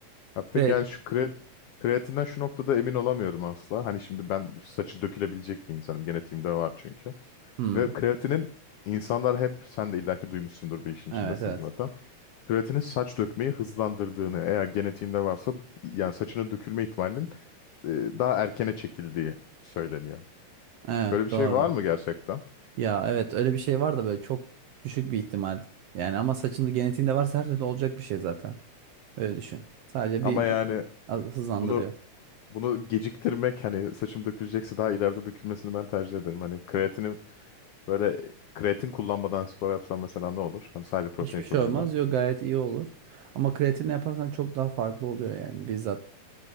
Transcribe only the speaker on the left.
Ya peki
yani şu kre kreatinden şu noktada emin olamıyorum asla. Hani şimdi ben saçı dökülebilecek bir insanım. Genetiğimde var çünkü.
Ve kreatinin insanlar hep sen de illaki duymuşsundur bir işin içindesin
zaten. Kreatinin saç dökmeyi hızlandırdığını, eğer genetiğinde varsa yani saçının dökülme ihtimalinin e, daha erkene çekildiği söyleniyor.
Böyle bir şey
var mı gerçekten?
Ama
yani
Hmm.
bunu bunu geciktirmek hani saçım dökülecekse daha ileride dökülmesini ben tercih ederim. Hani kreatini böyle kreatin kullanmadan spor yapsam mesela ne olur? Hani sadece protein
tozuyla.
Peki.